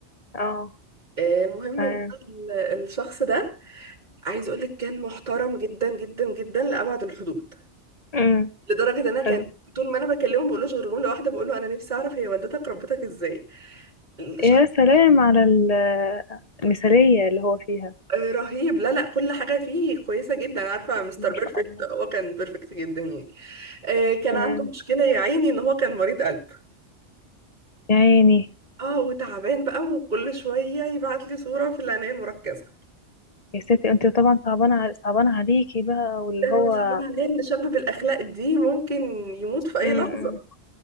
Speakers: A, on the left; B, on the right.
A: اه
B: آه، المهم
A: تمام
B: ان ال- الشخص ده عايز اقولك كان محترم جدا جدا جدا لابعد الحدود
A: امم
B: لدرجه ان انا كان
A: حلو
B: طول ما انا بكلمه ما بقولوش غير جمله واحده بقول له انا نفسي اعرف هي والدتك ربتك ازاي شخص
A: يا سلام على ال- المثالية اللي هو فيها
B: رهيب لا لا كل حاجة فيه كويسة جدا عارفة مستر
A: ما
B: بيرفكت
A: شاء الله
B: هو كان بيرفكت جدا يعني آه، كان
A: تمام
B: عنده مشكلة يا عيني ان هو كان مريض قلب
A: يا عيني
B: اه وتعبان بقى وكل شوية يبعت لي صورة في العناية المركزة
A: يا ستي انت طبعا صعبانة ع- صعبانة عليكي بقى واللي
B: انا
A: هو
B: صعبان عليا ان شاب بالاخلاق دي ممكن يموت في اي
A: امم
B: لحظة
A: أمم.